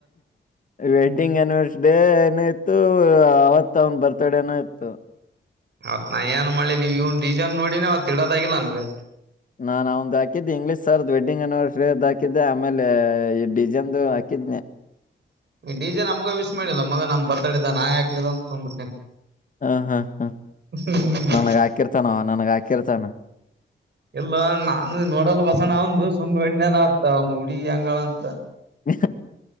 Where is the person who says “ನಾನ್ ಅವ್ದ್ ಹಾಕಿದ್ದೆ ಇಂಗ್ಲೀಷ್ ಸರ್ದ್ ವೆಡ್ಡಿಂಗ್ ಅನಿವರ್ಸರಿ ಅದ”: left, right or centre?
Left